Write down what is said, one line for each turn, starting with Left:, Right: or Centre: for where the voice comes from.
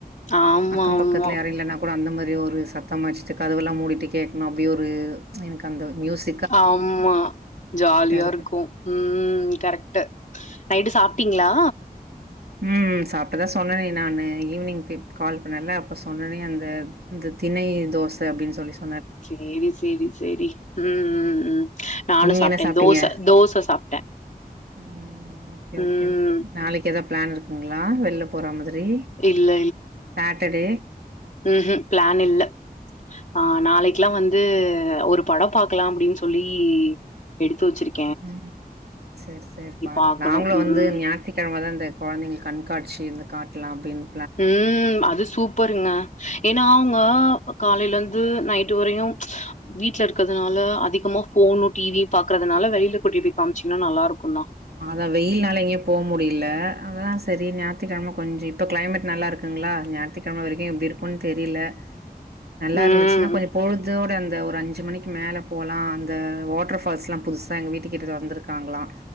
Left: ஆமாமா.
Right: அக்கம் பக்கத்துல
Left: ஆமா.
Right: யாரு இல்லன்னா கூட அந்த மாரி ஒரு சத்தமா வெச்சுட்டு கதவெல்லா மூடிட்டு கேக்ணு அப்டி ஒரு எனக்கு அந்த மியூசி
Left: ஆமா ஜாலியா
Right: இருப்பே
Left: இருக்கு ம் கரெக்ட்டு நைட்டு சாப்பிட்டீங்ளா
Right: ம் சாப்டுதா சொன்னேனே நானு ஈவினிங் ஃப் கால் பண்ணல அப்ப சொன்னனே அந்த இந்த திணை தோச அப்பின் சொல்லி சொ
Left: சேரி சேரி சேரி ம் ம் ம் நானூ
Right: நீங்க
Left: சாப்ட்டேன்
Right: என்ன சாப்ட்டீங்க
Left: தோச தோச சாப்ட்ட
Right: ம் ஓகே ஓகே
Left: ம்
Right: ஓகே நாளைக்கி எதா பிளான் இருக் குங்ளா வெள்ல போற மாதிரி
Left: இல்ல
Right: சாட்டர்டே
Left: ம் ஹும் ப்ளான் இல்ல ஆ நாளைக்லா வந்து ஒரு படம் பாக்லா அப்டின் சொல்லி எடுத்து வச்சிருக்
Right: ம் செரி செரி பாருங்க
Left: பாக்கணு
Right: நாங்ளு வந்து
Left: ம்
Right: ஞா த்திக்கிழம தா இந்த கொழந்தைங்க கண்காட்சி இது காட்லாம் அப்டின்
Left: ம் அது சூப் பருங்க ஏன்னா அவுங்க காலையிலந்து நைட்டு வரையு வீட்ல இருக்கிறதுனால அதிகமா ஃபோனு டிவியு பாக்குறதுனால வெளில கூட்டி போய் காம்ச்சீங்ன்னா நல்லா இருக்கூ தா
Right: ஆதா வெயில்னால எங்யு போ முடில அதா சரிஞாத்துக்கிழம கொஞ்ச இப்ப க்ளைமேட் நல்லா இருக்குங்ளா ஞான் த்துகிழம வரைக்கு எப்டி இருக்குன் தெரில நல்லா
Left: ம்
Right: இருந்துச்சுன்னா கொஞ்ச பொழுதோட அந்த ஒரு அஞ்சு மணிக்கு மேல போலா அந்த வாட்டர் ஃபால்ஸ்லா புதுசா எங்க வீட்டுக்கிட்ட தொறந்துருக்காங்ளா